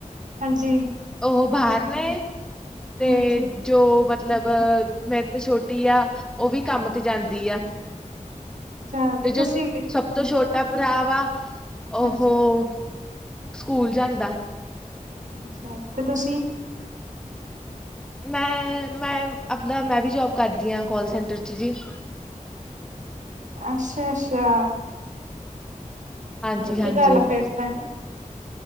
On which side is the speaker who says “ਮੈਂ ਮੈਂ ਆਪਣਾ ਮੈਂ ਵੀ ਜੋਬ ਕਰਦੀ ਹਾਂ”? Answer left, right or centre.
Centre